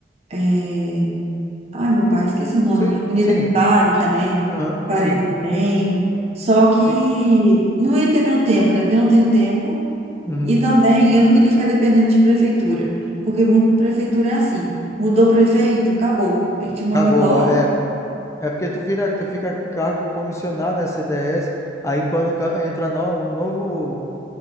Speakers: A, on the right (about 35°); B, on the left (about 15°).
A: É, Ai, meu pai, esqueci o nome.
B: Sim,
A: Unidade
B: sim,
A: básica, né?
B: aham,
A: Parece
B: sim.
A: também. Só que
B: Tem.
A: não ia ter pelo tempo, né? Porque eu não tenho tempo.
B: Uhum.
A: E também eu não queria ficar dependendo de prefeitura. Porque muito prefeitura é assim. Mudou prefeito, acabou. Ele te manda
B: Acabou.
A: embora
B: É, é porque tu vira, tu fica cargo comissionado, né, CDS, aí quando ga- entra no, o novo,